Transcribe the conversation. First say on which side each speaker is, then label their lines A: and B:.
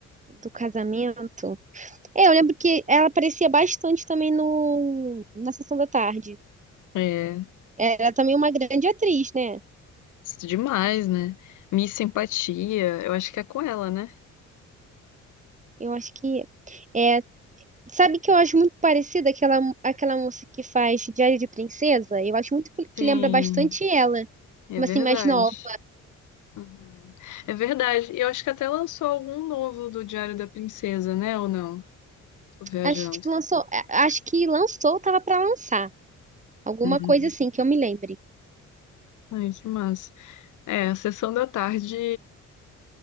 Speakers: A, on the right; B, on the left.
A: do casamento. É, eu lembro que ela aparecia bastante também no, na Sessão da Tarde.
B: É.
A: Era também uma grande atriz, né?
B: Isso Demais, né? Miss Simpatia, eu acho que é com ela, né?
A: Eu acho que. é. Sabe que eu acho muito parecida aquela, aquela moça que faz Diário de Princesa? Eu acho muito
B: Sim,
A: que lembra bastante ela,
B: é
A: mas
B: verdade.
A: assim, mais nova.
B: Uhum. É verdade. E eu acho que até lançou algum novo do Diário da Princesa, né? Ou não? Tô viajando.
A: Acho que lançou, a- acho que lançou, tava pra lançar. Alguma
B: Uhum.
A: coisa assim que eu me lembre.
B: Ai, que massa. É, a sessão da tarde